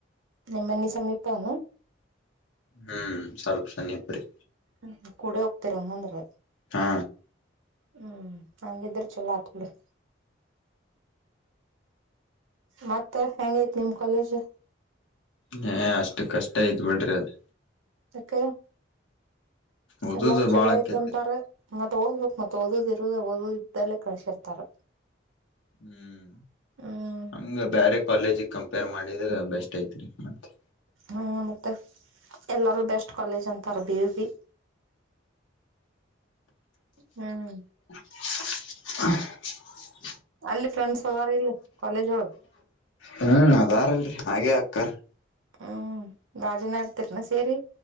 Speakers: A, on the right; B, on the left.
A: ನಿಮ್ಮನ್ನಿ ಸಮೀಪಾನ.
B: ಹೂ, ಸ್ವಲ್ಪ ಸ್ಣಿಬ್ರಿ.
A: ಹೂ, ಕೂಡ ಹೋಗ್ತಿರಂಗಂದ್ರೆ.
B: ಹಾ.
A: ಹ್ಮ್ ಹಂಗಿದ್ರ ಚಲೋ ಹತ್ ಬಿಿಡಿ ಮತ್ತ ಹೆಂಗೈತ್ ನಿಮ್ ಕಾಲೇಜ್.
B: ಹ ಅಷ್ಟು ಕಷ್ಟ ಯತ್ ಬಿಡ್ರಿ ಅದ್.
A: ತಕ್ಕ.
B: ಓದುದು
A: ಎಲ್ಲಾರು ಚಲೋ
B: ಬಾಳ ಆಕೇತ್ರಿ
A: ಐತ್ಂತಾರೆ ಮತ್ತತ್ ಓದ್ಬೇಕ. ಮತ್ತತ್ ಓದದ ಇರುದ ಓದಿದ್ದಲ್ಲೇ ಕಳ್ಸಿರ್ತಾರ.
B: ಹ್ಮ್
A: ಹ್ಮ್
B: ಹಂಗ ಬೇರೆ ಕಾಲೇಜಿಗೆ. ಕಂಪೇರ್ ಮಾಡಿದ್ರೆ ಬೆಸ್ಟ್ ಐತ್ರಿ ಮತ್ತೆ.
A: ಹ್ಮ ಮತ್ತೆ ಎಲ್ಲಾರ ದಷ್ಟ. ಕಾಲೇಜ್ ಅಂತಾರೆ ಬಿು ಬಿ. ಹ್ಮ್.
B: <inaudible>
A: ಅಲ್ಲಿ ಫ್ರೆಂಡ್ಸ್ ಅವಾರ ಇಲ್ಲಿ ಕಾಲೇಜ್ ಒಳಗೆ.
B: ಹ್ಮ್ ಅದಾರಲ್ರಿ ಹಾಗೆ ಆಕ್ಕಾರ್.
A: ಹ್ಮ್ ರಾಜಾಜನೇರ ತರ್ನ ಸೇರಿ.